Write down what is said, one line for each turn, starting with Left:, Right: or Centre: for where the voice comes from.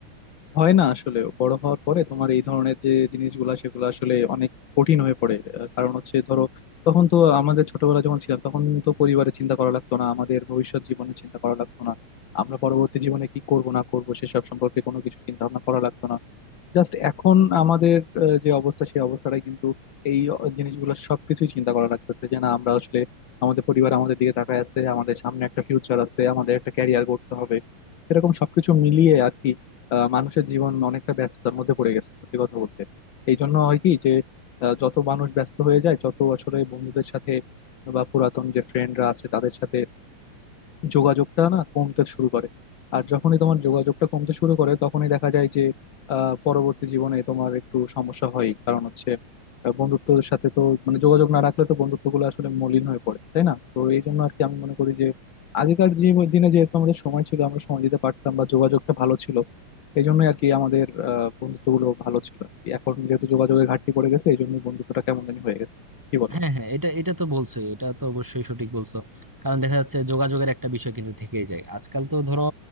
Left: হয় না আসলে বড় হওয়ার পরে তোমার এই ধরনের যে জিনিসগুলা সেগুলো আসলে অনেক কঠিন হয়ে পড়ে আহ, কারণ হচ্ছে ধরো তখন তো আমাদের ছোটবেলা যখন ছিলাম তখন তো পরিবারের চিন্তা করা লাগতো না আমাদের ভবিষ্যৎ জীবনে চিন্তা করা লাগতো না আমরা পরবর্তী জীবনে কি করব না করব সেসব সম্পর্কে কোনো কিছু চিন্তা ভাবনা করা লাগতো না জাস্ট এখন আমাদের আহ, যে অবস্থা সেই অবস্থাটাই কিন্তু এই জিনিসগুলো সবকিছুই চিন্তা করা লাগতেছে যে না আমরা আসলে আমাদের পরিবার আমাদের দিকে তাকায় আছে আমাদের সামনে একটা ফিউচার আছে আমাদের একটা ক্যারিয়ার করতে হবে এরকম সবকিছু মিলিয়ে আর কি আহ, মানুষের জীবন অনেকটা ব্যস্ততার মধ্যে পড়ে গেছে সত্যি কথা বলতে এই জন্য হয় কি যে আহ, যত মানুষ ব্যস্ত হয়ে যায় যত আসলে বন্ধুদের সাথে বা পুরাতন যে ফ্রেন্ডরা আছে তাদের সাথে যোগাযোগটা না কমতে শুরু করে আর যখনই তোমার যোগাযোগটা কমতে শুরু করে তখনই দেখা যায় যে আহ, পরবর্তী জীবনে তোমার একটু সমস্যা হয় কারণ হচ্ছে আহ, বন্ধুত্বের সাথে তো মানে যোগাযোগ না রাখলে তো বন্ধুত্বগুলো আসলে মলিন হয়ে পড়ে তাই না তো এই জন্য আর কি আমি মনে করি যে আগেকার জীব- দিনে যেহেতু আমাদের সময় ছিল আমরা সময় দিতে পারতাম বা যোগাযোগটা ভালো ছিল এই জন্যই আর কি আমাদের আহ বন্ধুত্বগুলো ভালো ছিল আর কি। এখন যেহেতু যোগাযোগের ঘাটতি পড়ে গেছে এই জন্য বন্ধুত্বটা কেমন জানি হয়ে গেছে কি বলো
Centre: হ্যাঁ হ্যাঁ এটা এটা তো বলছোই এটা তো অবশ্যই সঠিক বলছো কারণ দেখা যাচ্ছে যোগাযোগের একটা বিষয় কিন্তু থেকেই যায় আজকাল তো ধরো